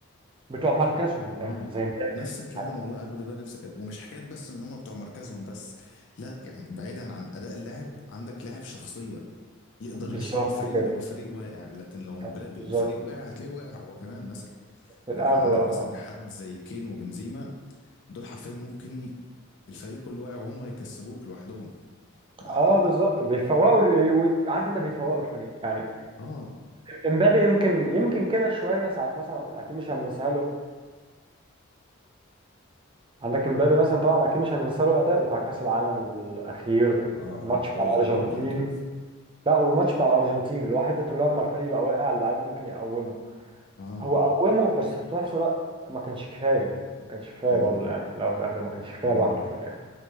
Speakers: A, on the right; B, on the left.
A: بتوع مركزهم من الاخر
B: آه
A: زي مبابي
B: نفس
A: زي
B: الكلام
A: مش
B: والله أنا بالنسبة لي نفس الكلام ومش حكاية بس إن هم بتوع مركزهم بس لا يعني بعيدا عن أداء اللاعب عندك لاعب شخصية يقدر
A: بالظبط
B: يشيل الفريق
A: كده
B: لو الفريق واقع لكن لو مبابي
A: آه، بالظبط
B: الفريق واقع هتلاقيه واقع هو كمان مثلا
A: في الاغلب
B: لكن عندك مثلا
A: اه
B: حد زي كين وبنزيما دول حرفيا ممكن ي- الفريق كله واقع وهم يكسبوك لوحدهم يعني-
A: اه بالظبط بيفوقوا ال- و- عارف انت بيفوقوا الفريق يعني
B: اه
A: امبابي يمكن يمكن كده شويه ساعات مثلا اكيد مش هننساه له عندك امبابي مثلا طبعا اكيد مش هننساه له الاداء بتاع كاس العالم الاخير
B: اه
A: الماتش بتاع
B: واللي
A: الارجنتين
B: قبله برضه
A: لا والماتش بتاع الارجنتين اللي هو حته اللي هو اما الفريق يبقى واقع اللاعب ممكن يقومه
B: اه
A: هو قومه بس في نفس الوقت ما كانش كفايه ما كانش كفايه
B: امم
A: برضه يعني في الاول وفي الاخر ما كانش كفايه
B: اه
A: لوحده في الاخر